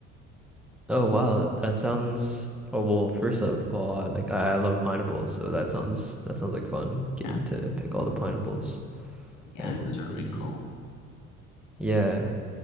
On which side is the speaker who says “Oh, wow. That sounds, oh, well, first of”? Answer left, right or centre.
Centre